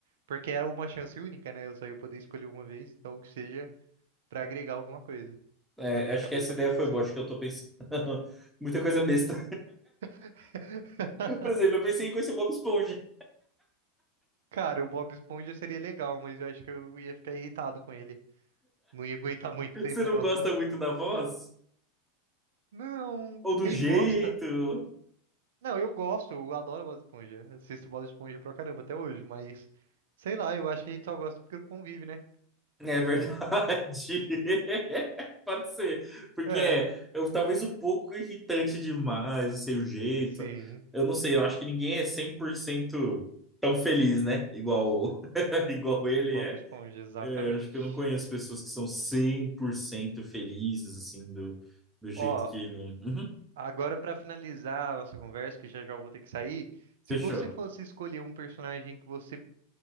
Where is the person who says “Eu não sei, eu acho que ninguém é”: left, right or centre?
Centre